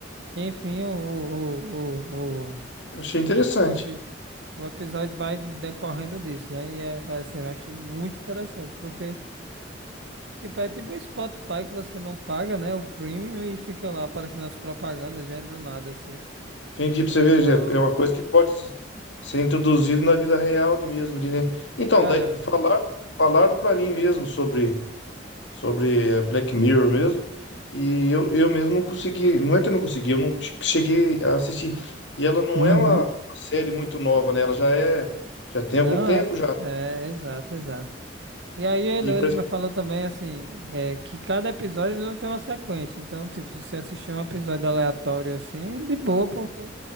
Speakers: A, on the right; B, on the left.
A: Enfim, o, o, o, o,
B: Eu achei interessante.
A: o epis- o episódio vai decorrendo disso, né? E é, é assim, eu achei muito interessante, porque tipo, é tipo um Spotify que você não paga, né? O premium e fica lá aparecendo as propagandas, já é do nada, assim.
B: Entendi, pra
A: Então,
B: você ver, Jé, é uma coisa que pode s- ser introduzida na vida real ali mesmo, ali, né? Então,
A: cara.
B: daí, falar, falaram para mim mesmo sobre, sobre eh, Black Mirror mesmo, e eu, eu mesmo não consegui, não é que eu não consegui, eu não che- cheguei a assistir. E ela não
A: Uhum.
B: é uma, uma série muito nova, né? Ela já é, já tem
A: Não,
B: algum tempo
A: é,
B: já.
A: é exato, exato. E aí ele,
B: E
A: ele
B: parece,
A: me falou também assim, é, que cada episódio ele não tem uma sequência. Então, tipo, se você assistir um episódio aleatório assim, de boa, porque